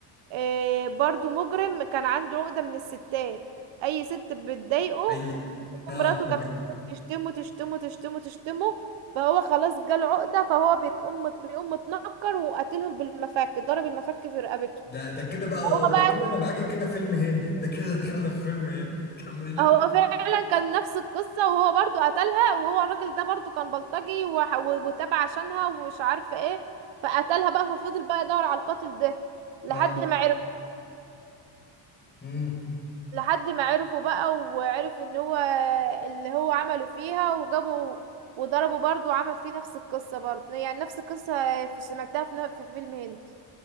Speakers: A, on the right; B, on the left.
A: آه، برضو مجرم كان عنده عقده من الستات اي ست بتضايقه
B: اي اه
A: مراته
B: طب
A: كانت بتشتمه تشتمه تشتمه تشتمه فهو خلاص جاله عقدة فهو بيقوم بيقوم متنكر وقاتلهم بالمفك ضرب المفك في رقبته
B: ده ده كده بقى اه
A: هو
B: ده
A: بقى
B: كده انا معاك كده فيلم هندي ده كده دخلنا في فيلم هندي <laughs> كملي
A: هو فعلا كان نفس القصة وهو برضو قتلها وهو الراجل ده برضو كان بلطجي وح- وتابع عشانها ومش عارفة ايه فقتلها بقى ففضل بقى يدور على القاتل ده لحد
B: اه
A: ما عرف
B: امم
A: لحد ما عرفه بقى وعرف ان هو اللي هو عمله فيها وجابوا وضربه برضو وعمل فيه نفس القصة برضو يعني نفس القصة في سمعتها في, ن- في فيلم هندي